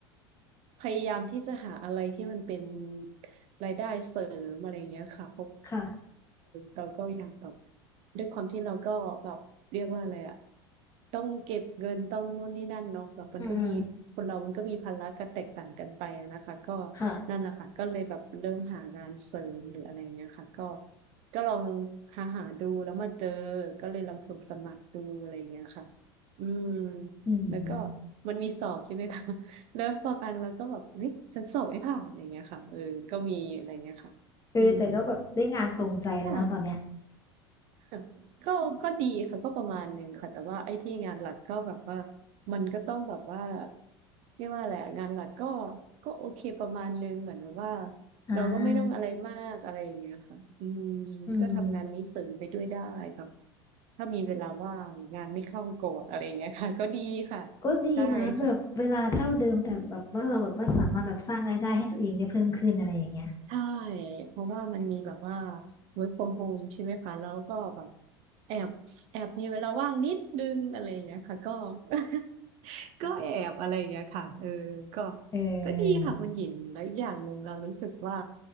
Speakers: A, on the right; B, on the left.
A: พยายามที่จะหาอะไรที่มันเป็นรายได้เสริมอะไรเงี้ยค่ะ
B: ค่ะ
A: เราก็อยากแบบด้วยความที่เราก็แบบเรียกว่าอะไรอะต้องเก็บเงินต้องนู่นนี่นั่นเนาะแบบมันก็มีคนเรามันก็มีภาระกันแตกต่างกันไปอะนะคะก็
B: อืมอืมค่ะ
A: นั่นนะคะก็เลยแบบเริ่มหางานเสริมหรืออะไรอย่างเงี้ยค่ะก็ก็ลองหาหาดูแล้วมาเจอก็เลยลองส่งสมัครดูอะไรอย่างเงี้ยค่ะอืม
B: อืม
A: แล้วก็มันมีสอบใช่ไหมคะ <laughs> แล้วบางอันเราก็แบบเฮ้ยฉันสอบไม่ผ่านอย่างเงี้ยค่ะเออก็มีอะไรเงี้ยค่ะอืม
B: เออแต่ก็แบบได้งานตรงใจแล้วเนาะตอนเนี้ย
A: ค่ะ ค่ะก็ก็ดีค่ะก็ประมาณหนึ่งค่ะแต่ว่าไอ้ที่งานหลักก็แบบว่ามันก็ต้องแบบว่าเรียกว่าอะไรอะงานหลักก็ก็โอเคประมาณหนึ่งเหมือนแบบว่า
B: อ่า
A: เราก็ไม่ต้องอะไรมากอะไรอย่างเงี้ยค่ะอืม
B: อืม
A: ก็ทำงานนี้เสริมไปด้วยได้แบบถ้ามีเวลาว่างงานไม่เข้าโกรธอะไรอย่างเงี้ยค่ะก็ดีค่ะ
B: ก็ดีนะแบบเวลาเท่าเดิมแต่แบบว่าเราแบบว่าสามารถแบบสร้างรายได้ให้ตัวเองได้เพิ่มขึ้นอะไรอย่างเงี้ย
A: ใช่ค่ะ ใช่เพราะว่ามันมีแบบว่า work from home ใช่ไหมคะแล้วก็แบบแอบแอบมีเวลาว่างนิดนึงอะไรอย่างเงี้ยค่ะก็ <laughs> ก็แอบอะไรอย่างเงี้ยค่ะเออก็
B: เอ
A: ก็ดีค่ะคุณหญิงแล้วอีกอย่างหนึ่งเรารู้สึกว่า
B: อ